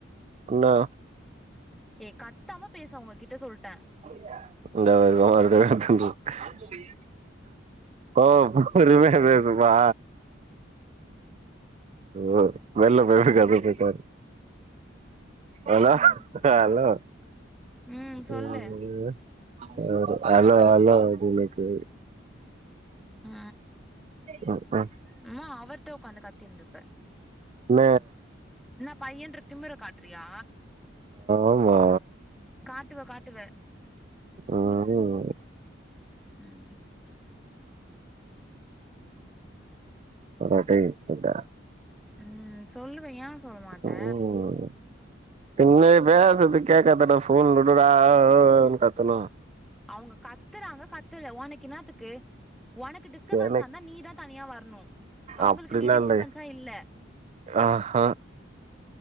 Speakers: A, on the right (about 35°); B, in the centre.
A: என்ன
B: ஏ கத்தாம பேசு அவங்ககிட்ட சொல்ட்ட
A: <unintelligible> ஓ பொறுமையா பேசு பா ஓ வெள்ல <unintelligible> போய் பரு ஹலோ
B: ம்
A: ஹலோ
B: ம் சொல்லு
A: ம் அ அலோ அலோ அது உனக்கு
B: அ
A: ம்ம்
B: உம்மா அவர்ட்ட ஒக்காந்து கத்தின்ருப்ப
A: ந
B: என்ன பையன்ற திமிர காட்றியா
A: ஆமா
B: காட்டுவ காட்டுவ
A: ம்
B: ம்
A: போடா டேய் போடா
B: ம் சொல்லு ஏ சொல்ல
A: ம்
B: மாட்ட
A: பின்ன பேசறத கேக்கதட்ட போன் <unintelligible> கத்தணு
B: அவங்க கத்தறாங்க கத்தல ஒனக்கு என்னாத்துக்கு ஒனக்கு டிஸ்டபன்ஸ்ஸ
A: எனக்கு
B: ஆ இருந்தா நீ தா தனியா வரணு அவுங்களுக்கு
A: அப்டிலா
B: நீ டிஸ்டர்பன்ஸா
A: இல்ல
B: இல்ல
A: ஆஹா